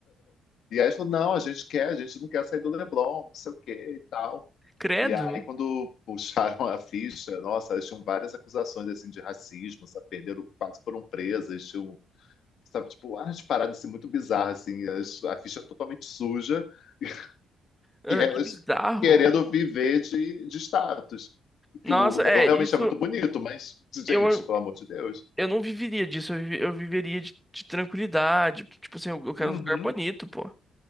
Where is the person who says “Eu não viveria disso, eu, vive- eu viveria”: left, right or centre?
Centre